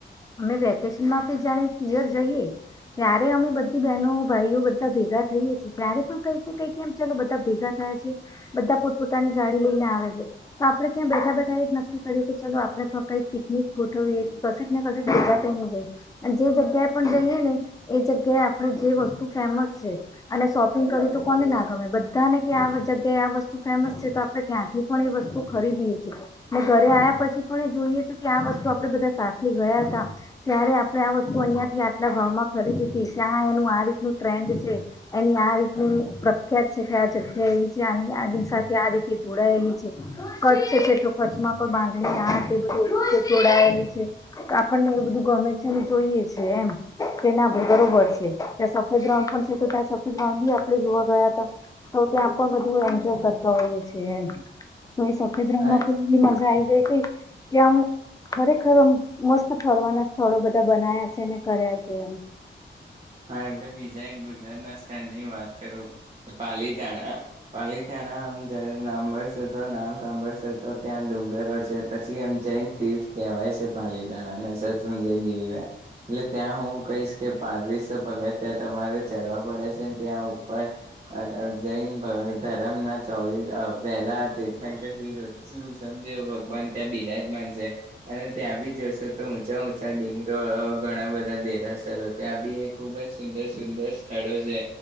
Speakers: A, on the left (about 15°); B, on the right (about 30°).
A: અમે વેકેશન માં આપી જાણી પયર જઈએ ત્યારે અમે બધી બહેનો ભાઈઓ બધા ભેગા થઈએ છીએ ત્યારે પણ કઈ કઈમ ચાલો બધા ભેગા થયા છે બધા પોતપોતાની ગાડી લઈને આવે છે તો આપડે ક્યાં બેઠા-બેઠા એ જ નથી કરીએ કે ચલો આપડે કઈક પિકનિક ગોઠવીએ કશે <unintelligible> અને જે જગ્યાએ પણ જઈએ ને એ જગ્યાએ આપણે જે વસ્તુ ફેમસ છે અને શોપિંગ કર તો કોને ના ગમે બધાને કે આ જગ્યાએ આ વસ્તુ ફેમસ છે તો આપણે ત્યાંથી પણ એ વસ્તુ ખરીદીએ છીએ ને ઘરે આવ્યા પછી પણ એ જોઈએ તો કે આ વસ્તુ આપણે બધા સાથે ગયા હતા ત્યારે આપણે આ વસ્તુ અહિયાંથી આટલા ભાવમાં ખરીદી હતી ત્યાં એનું આ રીતનું ટ્રેન્ડ છે એની આ રીતનું પ્રખ્યાત છે કે આ જગ્યા એવી છે આ આની સાથે આ રીતે જોડાયેલી છે. કચ્છ છે તો કચ્છમાં પણ બાંધણી આ બધું રીતે જોડાયેલી છે. આપણને એ બધું ગમે છેને જોઈએ છે એમ તેને બરોબર છે ત્યાં સફેદ ગ્રાઉન્ડ પણ છે તો ત્યાં સફેદ ગ્રાઉન્ડ બી આપણે જોવા ગયા હતા તો ત્યાં પણ બધું એન્જોય કરતા હોઈએ છીએ છે એમ તો એ સફેદ રણ
B: આ
A: માં કેટલી મજા આઈ જ કે આમ ખરેખર મસ્ત ફરવાના સ્થળો બધા બનાયા છે ને કર્યા છે એમ
B: હા એટલે બીજા એક ગુજરાત ના સ્થરની વાત કરું પાલીતાણા પાલીતાણા આમ જ સાંભળશ તો નામ સાંભળશે તો ત્યાં ડુંગરો છે પછી એમ જઈને તીર્થ કહેવાય છે પાલીતાણાને સરસુંજય ગીરિના એટલે ત્યાં હું કહીશ કે પા ગત્યાં તમારે ચડવા પડે છે ત્યાં ઉપર જૈન ધરમ ના ચોવીસ પહેલા તીર્થંક શ ઋષભદેવ ભગવાન ત્યાં બિરાજમાન છે અને ત્યાં બી જોશો તોઉંચા ઉંચા ડિંગરો ઘણા બધા દેરાસરો ત્યાં બી ખુબ જ સુંદર સુંદર સ્થળો છે